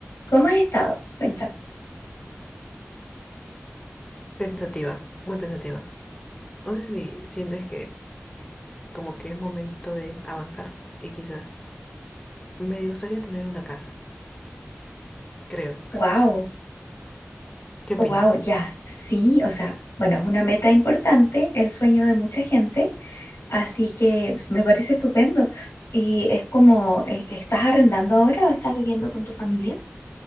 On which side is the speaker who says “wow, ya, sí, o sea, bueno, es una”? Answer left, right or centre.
Left